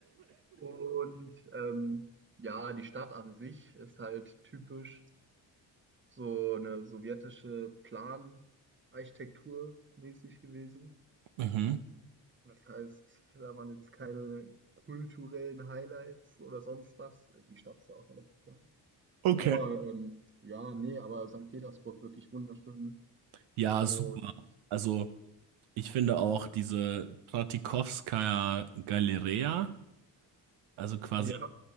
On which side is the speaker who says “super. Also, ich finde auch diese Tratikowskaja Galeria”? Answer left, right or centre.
Right